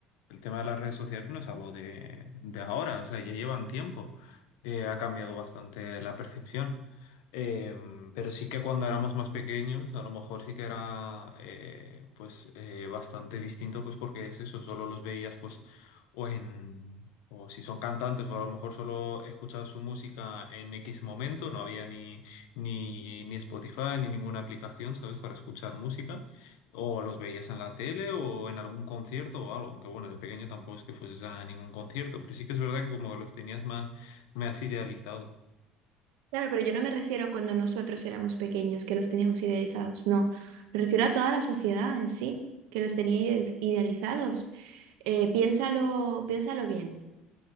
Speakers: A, on the left (about 90°); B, on the right (about 80°).
A: el tema de las redes sociales no es algo de, de ahora, o sea, ya llevan tiempo, eh, ha cambiado bastante la percepción. Eh, pero sí que cuando éramos más pequeños, a lo mejor sí que era eh, pues eh, bastante distinto, pues porque es eso, solo los veías pues o en o si son cantantes, o a lo mejor solo escuchaba su música en X momento, no había ni, ni, ni Spotify ni ninguna aplicación, ¿sabes? Para escuchar música, o los veías en la tele o en algún concierto o algo, que bueno, de pequeño tampoco es que fueses a ningún concierto, pero sí que es verdad que como que los tenías más, más idealizados.
B: Claro, pero yo no me refiero a cuando nosotros éramos pequeños, que los teníamos idealizados, no. Me refiero a toda la sociedad en sí, que los tenía ide- idealizados. Eh, piénsalo, piénsalo bien.